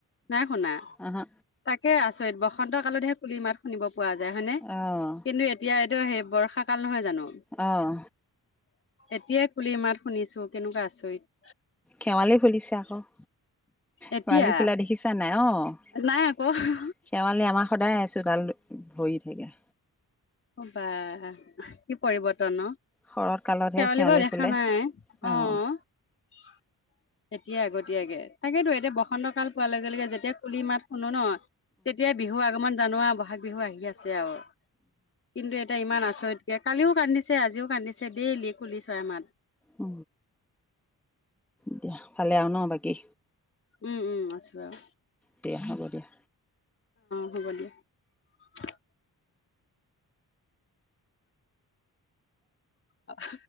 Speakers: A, on the left; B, in the centre.
A: নাই শুনা
B: আহা
A: তাকে আছে। বসন্ত কালতহে কুলি মাত শুনিব পোৱা যায় হয়নে
B: অঁ
A: কিন্তু এতিয়া। সেই বৰ্ষা কাল নহয় জানো
B: অঁ
A: এতিয়া। পুলি ইমাৰাত শুনিছোঁ কেনেকুৱা আছঁ ই। <unintelligible>
B: হেৱালী ফুলিছে আকৌ। <unintelligible>
A: এতিয়া
B: কোৱালি ফুলা দেখিছা নাই অ। <unintelligible>
A: নাই আকৌ
B: শেৱালি আমাৰ সদায় ছোতাল ভৰি থাকে।
A: বা কি পৰিৱৰ্তন ন <unintelligible>
B: শৰৎ কালতহে
A: শেৱালি বাৰু দেখা
B: ফুলে
A: নাই
B: অঁ
A: অহ। এতিয়া আগতীয়াকে তাকেতো এতিয়া বসন্ত কাল পোৱাৰ লগে লগে যেতিয়া কুলি মাত শুনো ন। তেতিয়া বিহু আগমন জানোৱা বহাগ বিহু আহি আছে আও। কিন্তু এতিয়া ইমান আচৰিতকে কালিও কান্দিছে আজিও কান্দিছে দেইলি কুলি চৰাই মাত।
B: উ দিয়া ভালে আও ন বাকী।
A: উম উম আছো আৰু।
B: তেতিয়া হব দিয়া।
A: গুগলিয় <unintelligible> অ <unintelligible>